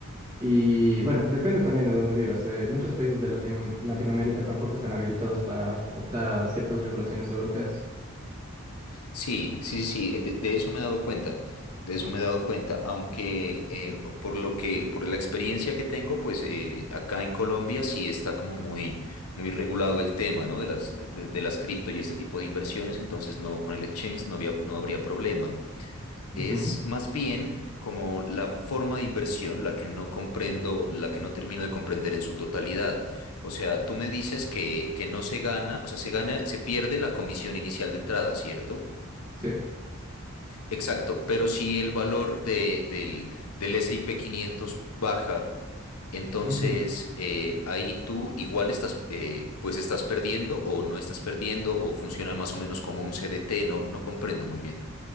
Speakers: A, on the right; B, on the left.
A: Y bueno, depende también de dónde vivas. eh, muchos países de Latino- Latinoamérica tampoco están habilitados para optar a ciertas regulaciones europeas.
B: Sí, sí, sí, sí, eh, de, de eso me he dado cuenta. De eso me he dado cuenta, aunque eh, por lo que, por la experiencia que tengo, pues eh, acá en Colombia sí está como muy, muy regulado el tema, ¿no? De las, de, de las cripto y este tipo de inversiones, entonces no, con el exchange no había, no habría problema. Es
A: Ujú,
B: más bien como la forma de inversión la que no comprendo, la que no termino de comprender en su totalidad. O sea, tú me dices que, que no se gana, o sea, se gana, se pierde la comisión inicial de entrada, ¿cierto?
A: sí.
B: Exacto, pero si el valor de- del, del S&P 500 baja, entonces
A: ujú.
B: eh, ahí tú igual estás, eh, pues estás perdiendo o no estás perdiendo o funciona más o menos como un CDT, no, no comprendo muy bien.